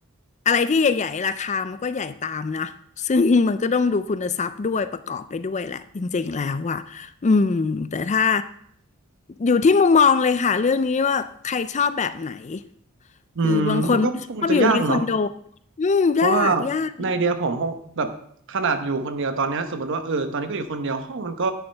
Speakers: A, on the left; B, on the right.
A: อะไรที่ใหญ่ๆราคามันก็ใหญ่ตามนะซึ่งมันก็ต้องดูคุณทรัพย์ด้วยประกอบไปด้วยแหละจริงๆแล้วอ่ะอืมแต่ถ้าอยู่ที่มุมมองเลยค่ะเรื่องนี้ว่าใครชอบแบบไหน
B: อืมมันก็คงจะยากเนาะ
A: คือบางคนไม่ชอบอยู่ในคอนโดอืม
B: เพราะว่า
A: ยาก ยาก
B: ในไอเดียผมห้องแบบขนาดอยู่คนเดียวตอนเนี้ยสมมติว่าเออตอนนี้ก็อยู่คนเดียวห้องมันก็